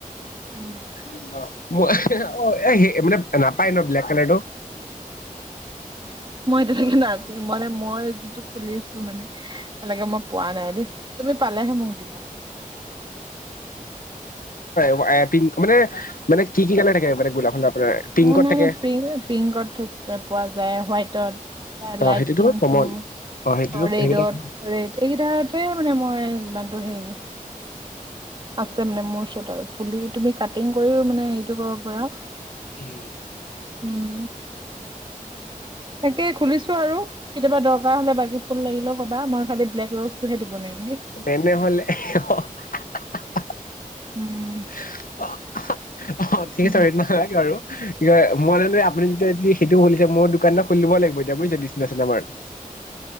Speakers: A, on the left (about 75°); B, on the right (about 35°).
A: <unintelligible>
B: উম
A: মই অহ এ' সেই মানে নাপায় ন'ব্লেক কালাৰটো
B: <inaudible> এ'মানে মই যিটো খুলিছো মানে এতিয়ালৈকে মই পোৱা নাই দেই তুমি পালেহে মোক দিবা।
A: এ' পিংক মানে- মানে কি -কি কালাৰ থাকে? মানে গোলাপ ফুল আপোনাৰ পিংকত
B: অহ, নাই
A: থাকে
B: -নাই পিং -পিংকত পোৱা যায় হোৱাইট তত, তাৰ
A: অ
B: লাইট
A: সেইটোতো
B: পিং
A: কমন
B: টো,
A: সেইটোতো
B: অ' ৰেডত
A: সেইকেইটা
B: ৰেড এইকেইটাতে মানে মই যিমানটো হেৰী আছে মানে মোৰ ওচৰত আৰু পুলি তুমি কাটিং কৰিও মানে এইটো কৰিব পাৰা।
A: উম
B: উম তাকে খুলিছো আৰু কেতিয়াবা দৰকাৰ হলে বাকী ফুল লাগিলেও ক'বা মই খালি ব্লেক ৰ'জটোহে দিব নোৱাৰিম। দেই।
A: তেনেহলে অহ <unintelligible>
B: উম
A: <unintelligible> অহ- হ ঠিক
B: উম।
A: নালাগে <unintelligible> বাৰু। কি কয় মই ললে আপুনি যেতিয়া সেইটো খুলিছে মোৰ দোকান এটা খুলি লব লাগিব এতিয়া বুজিছে বিগনেছত আমাৰ,